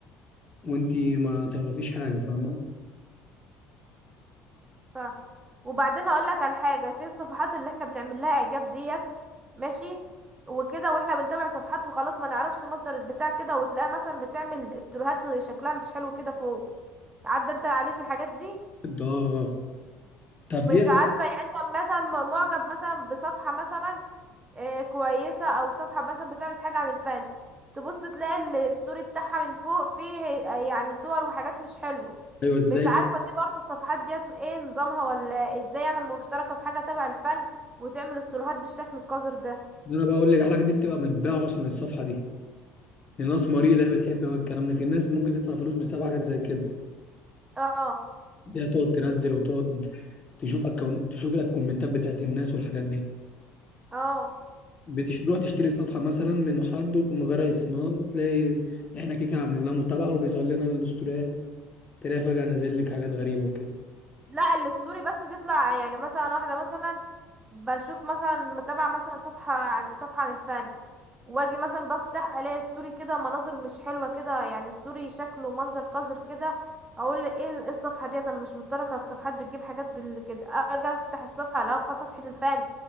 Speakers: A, on the left (about 30°); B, on the right (about 20°).
A: وانتي ما تعرفيش حاجه فاهمه
B: ف وبعدين هقول لك على حاجه في الصفحات اللي احنا بنعمل لها اعجاب ديت ماشي وكده واحنا بنتابع صفحات وخلاص ما نعرفش مصدر البتاع كده وتلاقيها مثلا بتعمل استوريهات شكلها مش حلو كده فوق عدى انت عليك الحاجات دي
A: ده اه طب
B: مش
A: دي
B: عارفة يعني انت مثلا م- معجب مثلا بصفحة مثلا آه، كويسة او صفحة مثلا بتعرض حاجة عن الفن تبص تلاقي الستوري بتاعها من فوق فيه آه، يعني صور وحاجات مش حلوة
A: ايوه ازاي
B: مش عارفة دي برضو الصفحات ديت ايه نظامها ولا ازاي انا مشتركة في حاجة تبع الفن وتعمل استوريهات بالشكل القذر ده
A: ده انا بقول لك الحاجه دي بتبقى متباعه اصلا الصفحه دي لناس مريضه بتحب بقى الكلام ده في ناس ممكن تدفع فلوس بسبب حاجات زي كده
B: اه
A: دي هتقعد تنزل وتقعد تشوف أكون... تشوف الكومنتات بتاعت الناس والحاجات دي
B: اه اه.
A: بتروح تشتري صفحة مثلا من حد وتقوم غارق اسمها وتلاقي احنا كده كده عاملين لها متابعة وبيظهر لنا الاستوريات تلاقي فجأة نازل لك حاجات غريبة وكده
B: لا الستوري بس بيطلع يعني مثلا واحدة مثلا بشوف مثلا متابعة مثلا صفحة عن صفحة عن الفن واجي مثلا بفتح الاقي ستوري كده مناظر مش حلوة كده يعني ستوري شكله منظر قذر كده اقول ايه ال- إيه الصفحة ديت انا مش متركة في صفحات بتجيب حاجات بال كده اجي افتح الصفحة الاقي في صفحة الفن